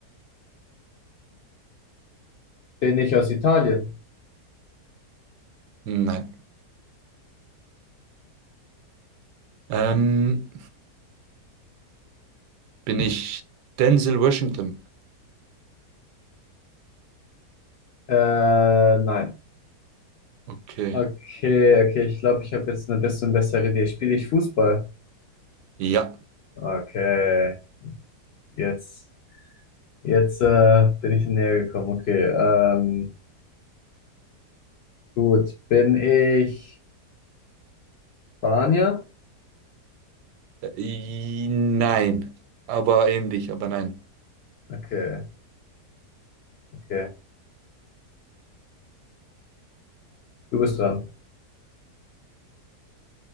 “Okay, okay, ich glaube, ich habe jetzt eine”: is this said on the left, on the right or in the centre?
Left